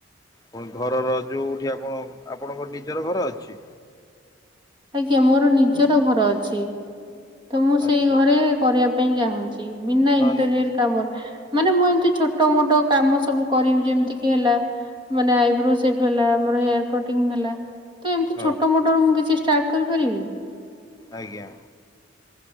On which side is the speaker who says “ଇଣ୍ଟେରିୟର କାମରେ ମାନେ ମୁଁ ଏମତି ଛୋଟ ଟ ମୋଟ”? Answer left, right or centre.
Right